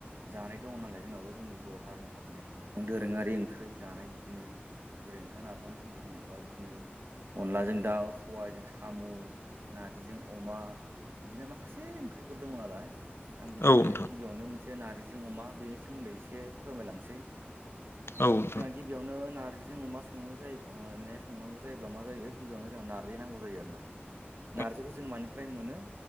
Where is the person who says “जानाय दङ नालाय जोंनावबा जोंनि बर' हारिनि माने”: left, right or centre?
Right